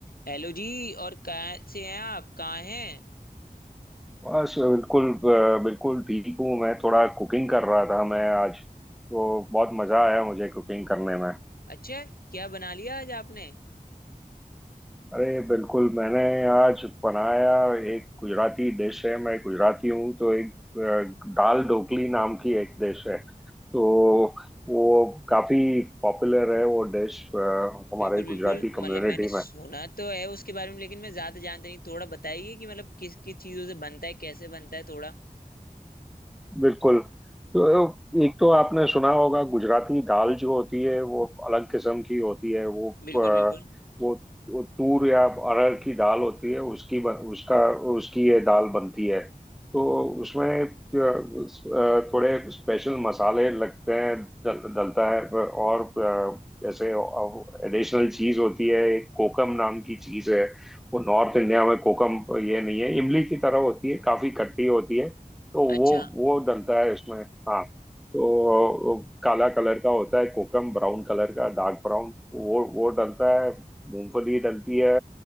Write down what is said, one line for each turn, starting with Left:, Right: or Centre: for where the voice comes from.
Left: Hello जी और कहाँ से हैं आप कहाँ हैं
Centre: बस बिल्कुल अ, बिल्कुल ठीक हूँ मैं थोड़ा कुकिंग कर रहा था मैं आज तो बहुत मज़ा आया मुझे कुकिंग करने में
Left: अच्छा क्या बना लिया आज आपने
Centre: अरे बिल्कुल मैंने आज बनाया एक गुजराती डिश है मैं गुजराती हूँ तो एक अ, दाल ढोकली नाम की एक डिश है तो वो काफ़ी पॉपुलर है वो डिश हमारे
Left: बिल्कुल बिल्कुल
Centre: गुजराती कम्युनिटी
Left: मतलब मैंने सुना
Centre: में
Left: तो है उसके बारे में लेकिन मैं ज्यादा जानता नहीं थोड़ा बताइए कि मतलब किस किस चीजों से बनता है कैसे बनता है थोड़ा
Centre: बिल्कुल तो एक तो आपने सुना होगा गुजराती दाल जो होती है वो अलग किस्म की होती है वो
Left: बिल्कुल
Centre: अ,
Left: बिल्कुल
Centre: वो वो तूर या अरहर की दाल होती है उसकी बन, उसका उसकी ये दाल बनती है तो उसमें अ, उस, अ, थोड़े स्पेशल मसाले लगते हैं डल, डलता है और अ, जैसे एडिशनल चीज होती है एक कोकम नाम की चीज है वो नॉर्थ इंडिया में कोकम ये नहीं है इमली की तरह होती है काफी खट्टी होती है तो
Left: अच्छा
Centre: वो वो डलता है उसमें हाँ तो काला कलर का होता है कोकम ब्राउन कलर का डार्क ब्राउन वो वो डलता है मूंगफली डलती है